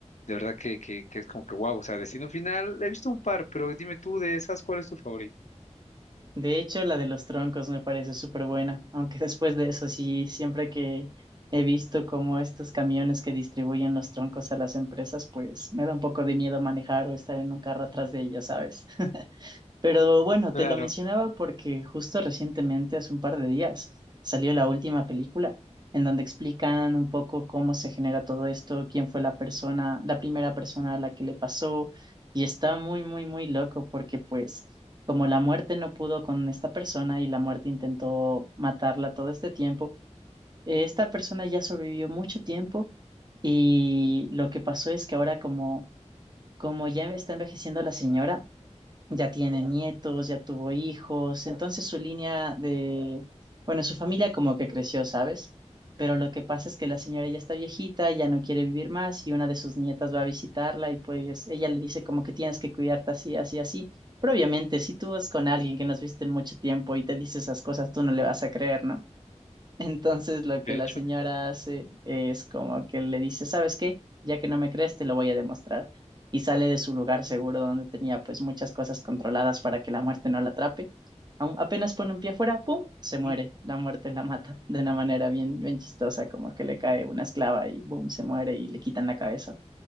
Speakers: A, on the left (about 75°); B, on the right (about 35°).
A: De verdad que, que, que es como que wow, o sea, Destino Final, he visto un par, pero dime tú de esas, ¿cuál es tu favorito?
B: De hecho, la de los troncos me parece súper buena, aunque <laughs> después de eso sí, siempre que he visto como estos camiones que distribuyen los troncos a las empresas, pues me da un poco de miedo manejar o estar en un carro atrás de ellas, ¿sabes? <laughs> Pero bueno,
A: Claro.
B: te lo mencionaba porque justo recientemente, hace un par de días, salió la última película en donde explican un poco cómo se genera todo esto, quién fue la persona, la primera persona a la que le pasó, y está muy, muy, muy loco porque pues como la muerte no pudo con esta persona y la muerte intentó matarla todo este tiempo, eh, esta persona ya sobrevivió mucho tiempo y lo que pasó es que ahora como, como ya está envejeciendo la señora, ya tiene nietos, ya tuvo hijos, entonces su línea de, bueno, su familia como que creció, ¿sabes? Pero lo que pasa es que la señora ya está viejita, ya no quiere vivir más y una de sus nietas va a visitarla y pues ella le dice como que tienes que cuidarte así, así, así. Pero obviamente, si tú vas con alguien que nos viste en mucho tiempo y te dice esas cosas, tú no le vas a creer, ¿no? Entonces lo
A: De
B: que la
A: hecho,
B: señora hace es como que le dice, ¿sabes qué? Ya que no me crees, te lo voy a demostrar. Y sale de su lugar seguro donde tenía pues muchas cosas controladas para que la muerte no la atrape. Aún- Apenas pone un pie afuera, ¡pum! Se
A: ujú,
B: muere. La muerte la mata de una manera bien, bien chistosa, como que le cae una esclava y ¡boom! se muere y le quitan la cabeza.